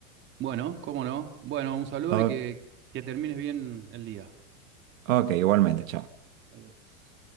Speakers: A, on the right; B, on the right.
A: Bueno, cómo no. Bueno, un saludo
B: O-
A: y que, que termines bien el día.
B: ok, igualmente, chao.
A: Adiós.